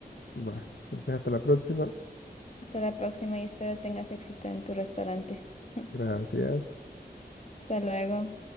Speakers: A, on the left; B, on the left.
A: Va, entonces hasta la próxima.
B: Hasta la próxima y espero tengas éxito en tu restaurante. <laughs>
A: Gracias.
B: Hasta luego.